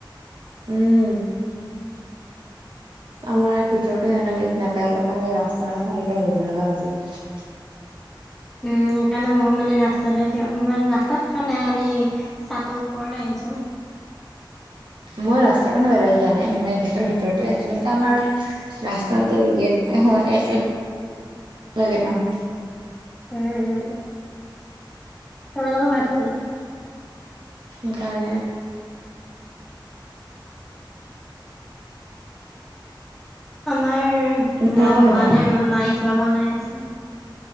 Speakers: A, on the right; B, in the centre.
A: উম। আমাৰ ভিতৰতো সেনেকাে নেট নাপায় অলপ মানে ৰাস্তা কাষৰলৈকে আহিব লগা হৈ যায়।
B: উম সেইকাৰণে মোৰ মানে ৰাস্তা ম ৰাস্তাত থকা নাই আমি সাতৰ ওপৰত আহিছো।
A: মই ৰাস্তা কাৰানে বোই দিয়া নাই ম গেটৰ ভিতৰতে আছিলো ত আমাৰ। ৰাস্তাটো গেট হয় এক লাগে ন।
B: উম হুম তোমালোকৰ ভাত হ'ল।
A: সেই কাৰণে আৰু।
B: আমাৰ
A: তোমালোকৰ
B: না হোৱা
A: হ'ল নে
B: নাই আৰু মায়। কিবা বনাই আছে